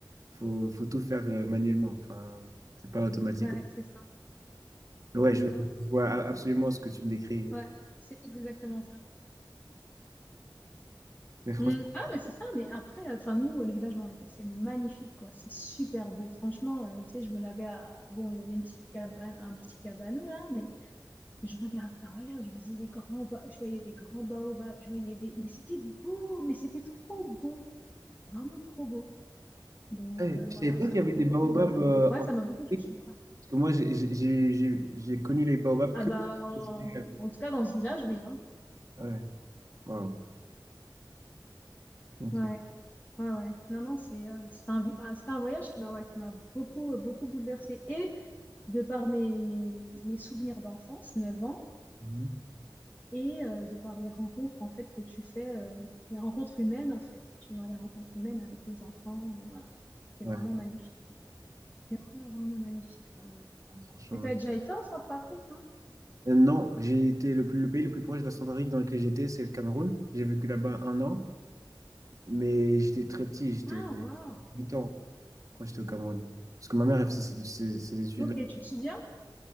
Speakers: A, on the right; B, on the left.
A: Il faut, faut tout faire euh, manuellement. Enfin, c'est pas automatique.
B: ouais, c'est ça.
A: Ouais,
B: C'est
A: je
B: ça.
A: vois absolument ce que tu me décris.
B: Ouais, c'est exactement ça.
A: Mais franchement,
B: Mm. Ah, mais c'est ça, mais après, enfin, nous, le village où on était, c'est magnifique, quoi. C'est super beau. Franchement, euh, tu sais, je me lavais à. Bon, il y avait une petite cabane, un petit cabanon, là, mais je regardais en l'air, je faisais des grands ba- je voyais des grands baobabs, je voyais des. Mais c'était beau, mais c'était trop beau. C'est vraiment trop beau. Donc,
A: Ouais,
B: euh,
A: je
B: voilà,
A: savais pas
B: ça
A: qu'il y
B: m'a
A: avait
B: beaucoup.
A: des baobabs
B: euh,
A: euh,
B: Ouais,
A: en
B: ça m'a beaucoup touchée,
A: Afrique,
B: quoi.
A: parce que moi j'ai j'ai- j'ai- j'ai- j'ai connu les baobabs
B: Ah,
A: que
B: bah, en,
A: au Sénégal.
B: en tout cas, dans ce village, oui, hein.
A: Ouais, wow. Ok.
B: Ouais. Ouais, ouais. Non, non, c'est euh, c'est un, vi- ah, c'est un voyage qui m'a ouais, qui m'a beaucoup, euh, beaucoup bouleversée. Et de par mes, mes, mes souvenirs d'enfance, 9 ans,
A: Mhm.
B: et euh, de par les rencontres en fait que tu fais, euh, les rencontres humaines en fait, tu vois, les rencontres humaines avec les enfants, euh, voilà. C'était
A: Ouais,
B: vraiment magnifique, quoi. C'est vraiment, vraiment magnifique, ouais, ouais.
A: franchement.
B: Mais t'as déjà été en Centrafrique, non?
A: Euh, non, j'ai été le plus, le pays le plus proche de la Centrafrique dans lequel j'étais, c'est le Cameroun. J'ai vécu là-bas un an, mais j'étais très petit, j'étais
B: Ah, waouh!
A: 8 ans quand j'étais au Cameroun. Parce que ma mère, elle faisait ses, ses- ses études
B: Ok,
A: là.
B: tu te souviens?